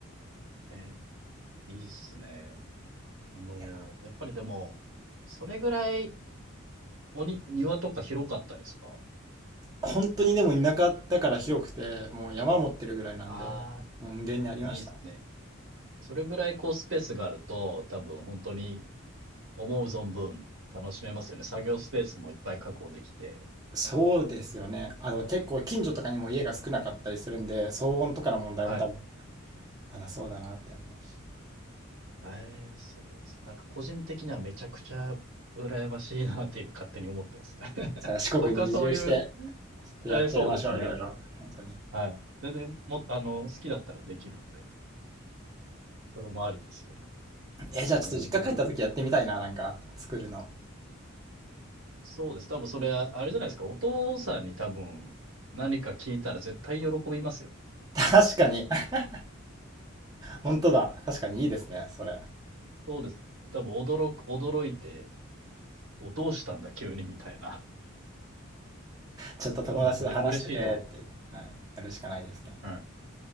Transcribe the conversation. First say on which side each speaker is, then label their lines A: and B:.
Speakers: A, on the right; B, on the right.
A: えー、いいっすね。あのー、
B: いや、
A: やっぱりでも、それぐらいおに、庭とか広かったですか
B: 本当にでも田舎だから広くて、もう山持ってるぐらいなんで、
A: ああ
B: もう無限にありましたね。
A: ー、いいっすね。それぐらいこうスペースがあると、多分本当に思う存分楽しめますよね。作業スペースもいっぱい確保できて。
B: そうですよね。あの、結構近所とかにも家が少なかったりするんで、騒音とかの問題も多分
A: はい。
B: なさそうだなって思うし。
A: ええ、そうです。なんか個人的にはめちゃくちゃ羨ましいなって今勝手に思ってますね。<laughs>
B: じゃあ四国に移住して、
A: 僕はそういう、
B: ちょっとやっちゃいましょう、
A: えーそうですね。
B: いろいろ。本当に。
A: はい。全然も、あの、好きだったらできるんで、それもありですよね。
B: え、じゃあちょっと実家帰った時やってみたいな、
A: えーいいで
B: なんか作るの。
A: す。そうです。多分それは、あれじゃないですか。お父さんに多分何か聞いたら絶対喜びますよ。
B: 確かに、<laughs> 本当だ。確かにいいですね、それ。
A: そうです。多分驚く、驚いて、お、どうしたんだ急にみたいな。
B: ちょっと友達と話しててって、
A: 多分うれ、嬉しいと思い
B: はい、やるしかないですね。
A: ます。はい。